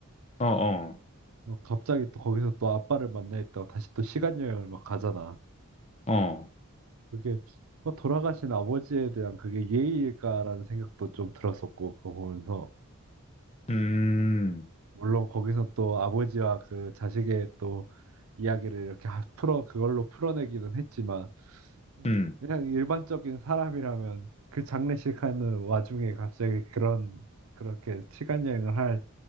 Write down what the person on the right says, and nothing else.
어, 갑자기 또 거기서 또 아빠를 만나있다고 다시 또 시간여행을 막 가잖아.
그게, 어, 돌아가신 아버지에 대한 그게 예의일까라는 생각도 좀 들었었고, 그거 보면서.
물론 거기서 또 아버지와 그 자식의 또 이야기를 이렇게 하- 풀어 그걸로 풀어내기는 했지만
그냥 일반적인 사람이라면 그 장례식 하는 와중에 갑자기 그런 그렇게 시간 여행을 할